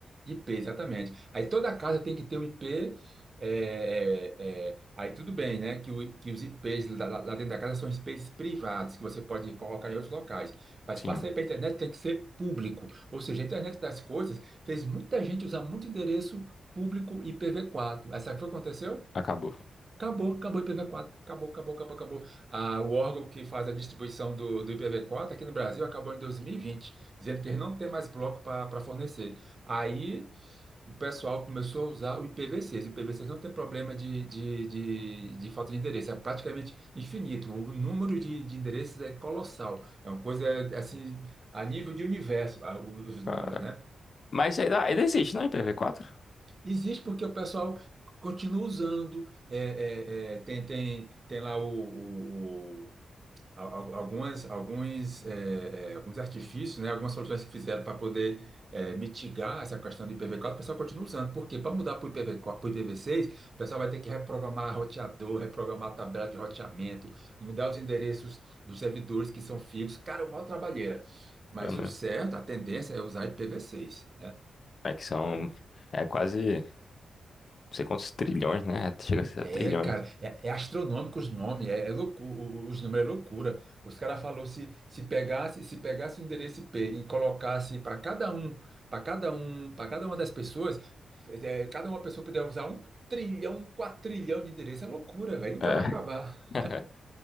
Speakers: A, on the right; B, on the left.
A: IP, exatamente. Aí toda casa tem que ter um IP, é, é, é, aí tudo bem, né, que, o- que os IPs lá, lá- lá dentro da casa são IPs privados, que você pode colocar em outros locais, mas
B: Sim,
A: passa aí para a internet tem que ser público, ou seja, a internet das coisas fez muita gente usar muito endereço público IPv4, essa foi o que aconteceu?
B: acabou.
A: Acabou, acabou o IPv4. Acabou, acabou, acabou, acabou. Ah, o órgão que faz a distribuição do, do IPv4 aqui no Brasil acabou em 2020, dizendo que eles não tem mais bloco para fornecer. Aí o pessoal começou a usar o IPv6. O IPv6 não tem problema de, de, de, de falta de endereço, é praticamente infinito. O número de, de endereços é colossal. É uma coisa assim, a nível de universo, ah, os
B: Ah,
A: números, né?
B: Mas ainda, ainda existe, não? IPv4?
A: Existe porque o pessoal continua usando, é, é, é, tem, tem, tem lá o, o- o- a- a- algumas, alguns, é, é, alguns artifícios, né, algumas soluções que fizeram para poder é, mitigar essa questão do IPv4, o pessoal continua usando. Porque para mudar para o IPv4, para o IPv6, o pessoal vai ter que reprogramar roteador, reprogramar tabela de roteamento, mudar os endereços dos servidores que são fixos. Cara, é uma maior trabalheira. Mas
B: É mesmo.
A: o certo, a tendência é usar IPv6.
B: É que são. É quase. Não sei quantos trilhões, né? Chega a ser
A: É,
B: trilhões.
A: cara, é, é astronômico os nomes, é, é loucura, os números é loucura. Os caras falou se se pegasse, se pegasse o endereço I P e colocasse para cada um, para cada um, para cada uma das pessoas, é, cada uma pessoa puder usar um trilhão, quatro trilhão de endereço, é loucura, velho, nunca
B: É.
A: vai acabar.
B: <laughs>